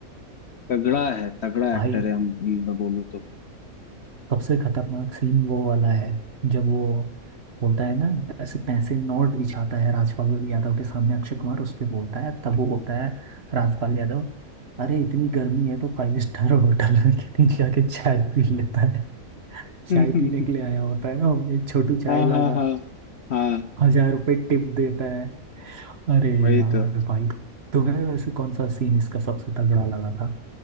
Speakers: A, on the left (about 55°); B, on the right (about 45°).
A: तगड़ा है तगड़ा
B: भाई
A: एक्टर है हम हम बोलो तो
B: सबसे खतरनाक सीन वो वाला है जब वो बोलता है ना ऐसे पैसे नोट बिछाता है राजपाल यादव के सामने अक्षय कुमार उस पे बोलता है तब वो बोलता है राजपाल यादव अरे इतनी गर्मी है तो फाइव स्टार होटल में क्यों नहीं जाके चाय पी लेता है
A: <laughs>
B: चाय पीने के लिए आया होता है ना वो, एक छोटू चाय
A: हाँ
B: लगा
A: हाँ हाँ हाँ
B: हजार रुपए टिप देता है अरे
A: वही
B: यार
A: तो
B: भाई तुम्हें वैसे कौन सा सीन इसका सबसे तगड़ा लगा था